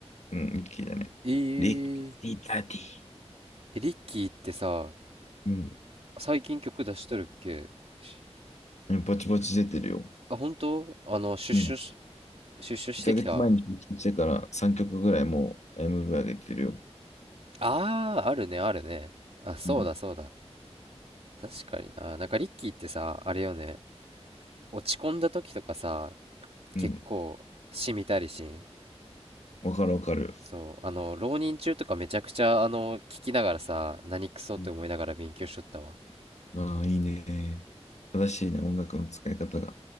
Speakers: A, on the left; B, on the right.
A: うん、リッキーだね。
B: えー、
A: リッキーダディ。
B: えリッキーってさ、
A: うん。
B: 最近曲出しとるっけし
A: うんぼちぼち出てるよ。
B: あ、本当あの、出所し、
A: うん。
B: 出所してきたあ
A: 1ヶ月前に聞いてから3曲ぐらいもう MV 上げてるよ。
B: あー、あるね、あるね。あ、そうだ、
A: うん。
B: そうだ。確かにな。なんかリッキーってさ、あれよね、落ち込んだ時とかさ、結構、
A: うん。
B: しみたりしん。
A: わかるわかる。
B: そう、あの、浪人中とかめちゃくちゃ、あの、聞きながらさ、何クソって思いながら勉強しとったわ。
A: うん、ああ、いいね。正しいね、音楽の使い方が。